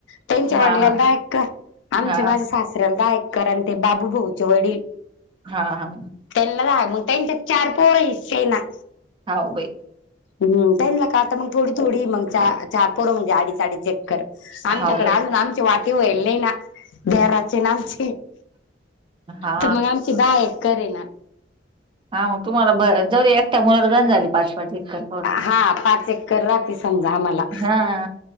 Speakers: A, on the left (about 85°); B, on the right (about 25°).
A: त्यांच्या
B: हा
A: वडला
B: हा
A: दायक कर आमच्या
B: हा
A: माझ्या सासऱ्याला दयक. कारण ते बाबू भाऊचे वडील.
B: हा हा.
A: तेल मु तन च चार पर ह ना.
B: हा भाई.
A: हम् टाईम ला का आता मग थोडी थोडी मग च चार पोड म्हणजे आडीचचाडी चेक कर. आमच्याकडे
B: हाव बाई
A: अजून आमचे वाटे होईल नाही ना बराचे ना आमचे.
B: हा
A: तर मग आमची बा एकक करेल.
B: हा तुम्हाला भ जरी एकट्या मुलावर गन झाली. पाच पाच एकर
A: हा पाच एककर राही समजा आम्हाला.
B: हा